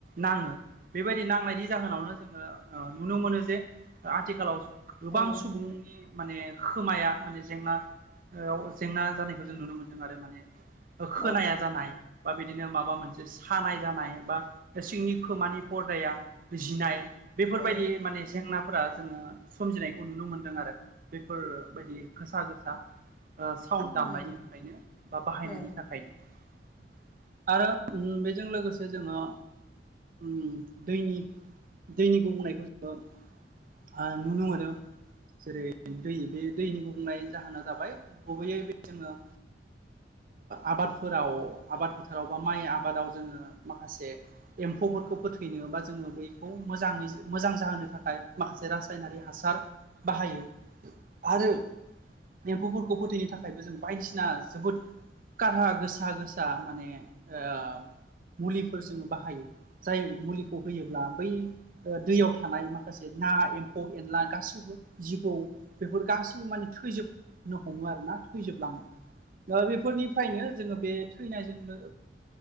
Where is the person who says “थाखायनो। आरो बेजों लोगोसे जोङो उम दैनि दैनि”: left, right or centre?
Right